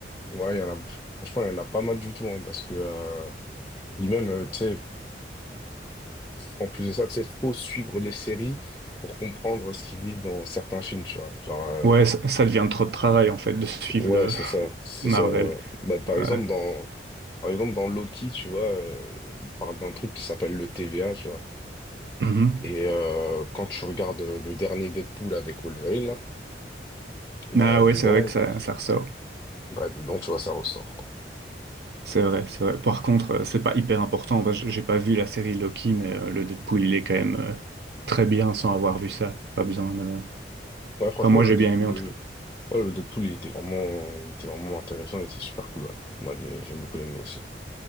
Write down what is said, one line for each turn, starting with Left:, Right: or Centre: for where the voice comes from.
Left: Ouais, il y en a, franchement, il y en a pas mal du tout, hein, parce que, euh, et même, euh, tu sais, en plus de ça, tu sais, faut suivre les séries pour comprendre ce qu'ils disent dans certains films, tu vois. Genre, euh,
Right: Ouais, ça, ça devient trop de travail, en fait, de suivre
Left: ouais,
Right: le
Left: c'est ça,
Right: <laughs>
Left: c'est
Right: Marvel.
Left: ça, voilà. Bah, par
Right: Ouais.
Left: exemple, dans, par exemple, dans Loki, tu vois, euh, il parle d'un truc qui s'appelle le TVA, tu vois.
Right: Mhm.
Left: Et euh, quand tu regardes euh, le dernier Deadpool avec Wolverine, là, bah,
Right: Ah ouais,
Left: dedans,
Right: c'est vrai que ça, ça ressort.
Left: bah, dedans, tu vois, ça ressort.
Right: C'est vrai, c'est vrai. Par contre, euh, c'est pas hyper important. Enfin, j- J'ai pas vu la série Loki, mais euh, le Deadpool, il est quand même euh, très bien sans avoir vu ça. Pas besoin de...
Left: Ouais, franchement,
Right: Enfin, moi,
Left: le,
Right: j'ai bien aimé
Left: le,
Right: en tout cas.
Left: Ouais, le Deadpool, il était vraiment, il était vraiment intéressant, il était super cool, ouais. Moi, j'ai j'ai beaucoup aimé aussi.